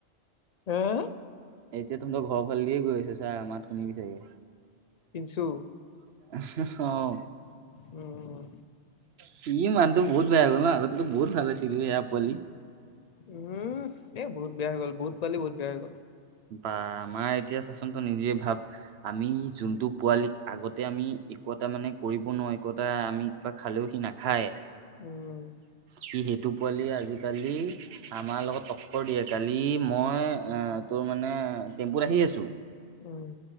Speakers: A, on the left (about 55°); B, on the right (about 70°).
A: উম,
B: এতিয়া তহঁতৰ ঘৰৰ ফালে দিয়ে গৈ আছে চা মাত শুনিবি চাগে।
A: পিনছু
B: অ',
A: উম,
B: সি মানুহটো বহুত বেয়া হৈ গ'ল না, আগতেতো বহুত ভাল আছিল সেয়া পোৱালি
A: উম, এ বহুত বেয়া হৈ গ'ল, বহুত পোৱালি বহুত বেয়া হৈ গ'ল।
B: বা আমাৰ এতিয়া চাচোন তই নিজে ভাব, আমি যোনটো পোৱালিক আগত তাতে আমি একো এটা মানে কৰিব নোৱাৰো একোটা আমি কিবা খালেও সি নাখাই
A: উম,
B: সি সেইটো পোৱালি আজিকালি আমাৰ লগত তক্কৰ দিয়ে কালি মই আ তোৰ মানে টেম্পুত আহি আছোঁ
A: উম,